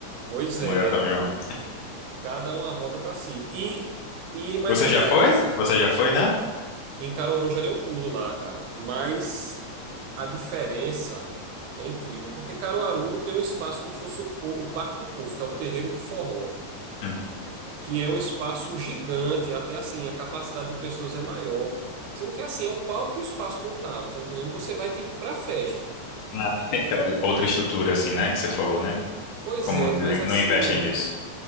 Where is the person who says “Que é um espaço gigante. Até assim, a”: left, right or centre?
Right